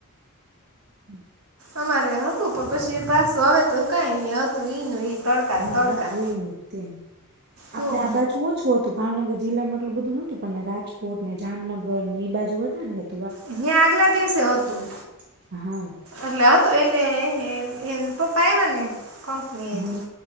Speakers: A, on the right; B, on the right.
A: હમ
B: અમારે હતું પણ પછી પાસું હવે તો કઈ નઈ હતું ઈ ન ઈ તડકા ને
A: હા
B: તડકા
A: હ તો હોય નહ તે આપડે
B: ઓહ
A: આ બાજુ ઓછું હતું ભાવનગર જિલ્લા મા આટલું બધું નહોતું પણ રાજકોટ ને જામનગર ને એ બાજુ વધારે હત
B: અહંયા આગલા દિવસે હતું.
A: હા હા
B: એટલે હતું એટલે એ એ એમ તો પાયવ્ય ને કંપની
A: હા
B: હતી